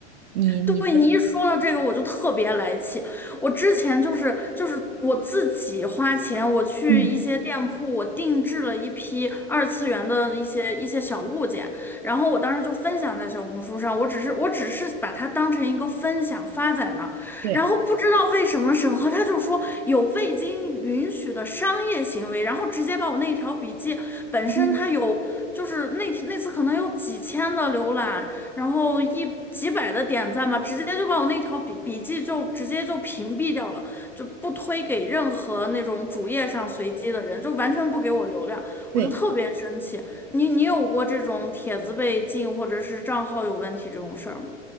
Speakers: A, on the right; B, in the centre.
A: 你你觉得？
B: 对你一说到这个，我就特别来气。我之前就是就是我自己花钱，我去一些店铺，
A: 嗯，
B: 我定制了一批二次元的一些一些小物件，然后我当时就分享在小红书上，我只是我只是把它当成一个分享发在那儿，
A: 对，
B: 然后不知道为什么审核他就说有未经允许的商业行为，然后直接把我那条笔记本身它有。
A: 嗯，
B: 就是那那次可能有几千的浏览，然后一几百的点赞吧，直接就把我那条笔笔记就直接就屏蔽掉了，就不推给任何那种主页上随机的人，就完全不给我流量，
A: 对。
B: 我就特别生气。你你有过这种帖子被禁或者是账号有问题这种事儿吗？